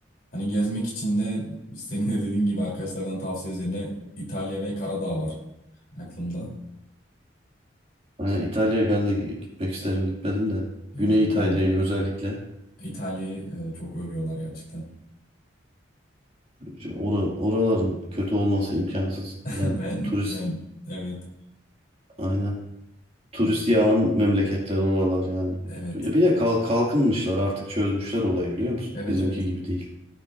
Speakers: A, on the left; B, on the right.
A: Hani gezmek için de senin de dediğin gibi arkadaşlardan tavsiye üzerine İtalya ve Karadağ var aklımda.
B: Aynen İtalya'ya ben de gitmek isterim. Gitmedim de. Güney
A: Evet İtalya.
B: İtalya'yı özellikle.
A: İtalya'yı e, çok övüyorlar gerçekten.
B: Şu ora- oraların kötü olması imkansız.
A: <laughs>
B: Yani
A: Ben
B: turist
A: ben evet
B: aynen. Turist
A: evet
B: yağan memleketler oralar yani.
A: evet
B: Bir de kalk, kalkınmışlar artık çözmüşler olayı biliyor musun?
A: evet
B: Bizimki
A: evet.
B: gibi değil.